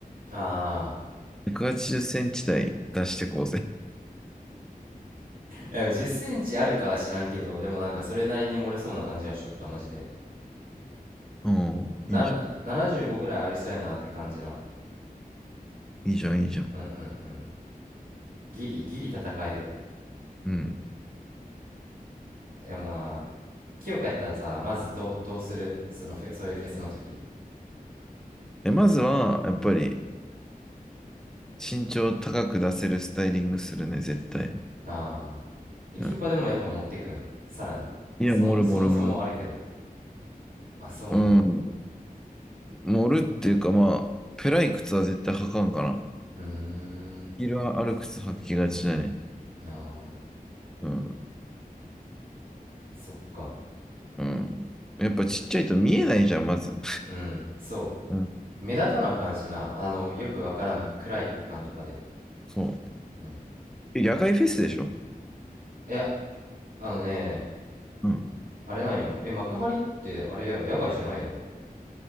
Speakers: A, on the right; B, in the centre.
A: あ
B: 180センチ台出してこうぜ。
A: あ、でも10センチあるかは知らんけど、でもなんかそれなりに漏れそうな感じはしとった、マジで。
B: うん。
A: な、
B: いいじゃん。
A: な75ぐらいありそうやなって感じの。
B: いいじゃん、いいじゃん。
A: うんうんうん。ギリ、ギリ戦える。
B: うん。
A: でもな、清香やったらさ、まずどう、どうするそのフェそういうフェスの時。
B: え、まずは、やっぱり、
A: うん。
B: 身長高く出せるスタイリングするね、絶対。
A: ああ。え、
B: うん。
A: 清香でもやっぱ持ってくん。さらに。
B: いや、
A: そも、
B: 盛る盛る盛る。
A: そもそもあるけど。あ、そうなんや。
B: うん。盛るっていうか、まあ、ペライ靴は絶対履かんかな。
A: うーん。
B: ヒールはある靴履きがちだね。
A: ああ、
B: うん。
A: そっか。
B: うん。やっぱちっちゃいと見えないじゃん、まず。
A: うん、そ
B: うん。
A: う。目立たなあかんしな。あの、よくわからん暗い空間とかで。
B: そう。
A: うん。
B: え野外フェスでしょ
A: いや、あのね、
B: うん。
A: あれなんよ。え、幕張ってあれやろ野外じゃないやろ